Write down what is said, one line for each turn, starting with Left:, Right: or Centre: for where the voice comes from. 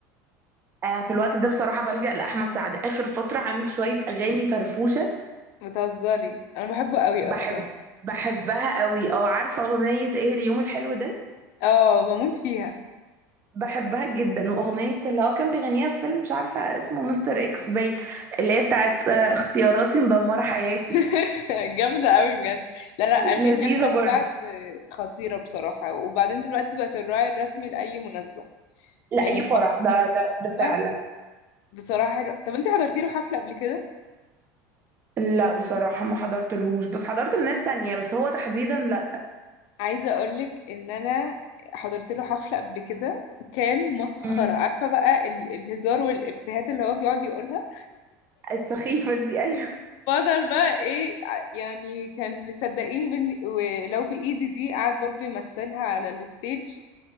Right: آه في الوقت ده بصراحه بلجأ لاحمد سعد اخر فتره عامل شويه اغاني فرفوشه
Left: بتهزري أنا بحبه قوي
Right: بحب
Left: أصلا
Right: بحبها قوي او عارفه اغنيه ايه اليوم الحلو ده
Left: اه بموت فيها
Right: بحبها جدا واغنيه اللي هو كان بيغنيها في فيلم مش عارفه اسمه مستر اكس باين اللي هي بتاعت آه، اختياراتي مدمره حياتي
Left: <laughs> جامدة قوي بجد لا لا أغاني
Right: لذيذه
Left: أحمد
Right: برضه
Left: سعد خطيرة بصراحة وبعدين دلوقتي بقت الراعي الرسمي لأي مناسبة
Right: لا
Left: يعني
Right: اي
Left: فرح
Right: فرح ده ده ده فعلا
Left: بقى بصراحة حلو طب انت حضرتي له حفلة قبل كده
Right: لا بصراحه ما حضرتلهوش بس حضرت لناس تانية بس هو تحديدا لا
Left: عايزة اقولك ان انا حضرت له حفلة قبل كده كان مسخرة
Right: امم
Left: عارفة بقى ال الهزار والإفيهات اللي هو بيقعد يقولها
Right: السخيفه دي ايوه
Left: <laughs> فضل بقى ايه ع- يعني كان صدقيني بن... ولو بإيزي دي قعد برضو يمثلها على الستيج